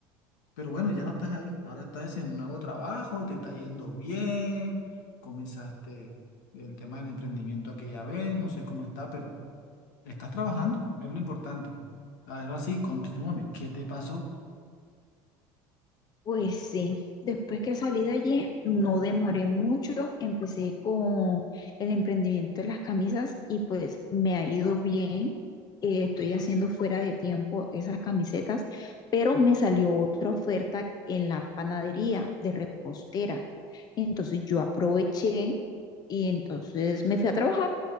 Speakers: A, on the left (about 85°); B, on the left (about 40°).
A: Pero bueno, ya no estás ahí. Ahora estás en un nuevo trabajo, te está yendo bien. Comenzaste el tema del emprendimiento aquella vez, no sé cómo está, pero estás trabajando, es lo importante. Ahora sí, continúame. ¿Qué te pasó?
B: Pues sí, después que salí de allí, no demoré mucho, empecé con el emprendimiento de las camisas y pues me ha ido bien. Eh, estoy haciendo fuera de tiempo esas camisetas, pero me salió otra oferta en la panadería de repostera. Entonces yo aproveché y entonces me fui a trabajar.